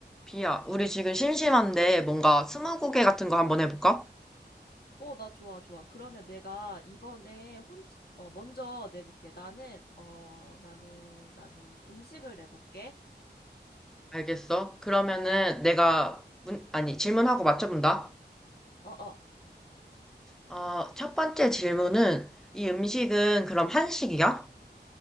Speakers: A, in the centre; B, on the left.
A: 비야, 우리 지금 심심한데 뭔가 스무고개 같은 거 한번 해볼까?
B: 어, 나 좋아, 좋아. 그러면 내가 이번에 혼, 어, 먼저 내볼게. 나는, 어, 나는, 나는 음식을 내볼게.
A: 알겠어. 그러면은 내가 문, 아니, 질문하고 맞춰본다.
B: 어, 어,
A: 어, 첫 번째 질문은 이 음식은 그럼 한식이야?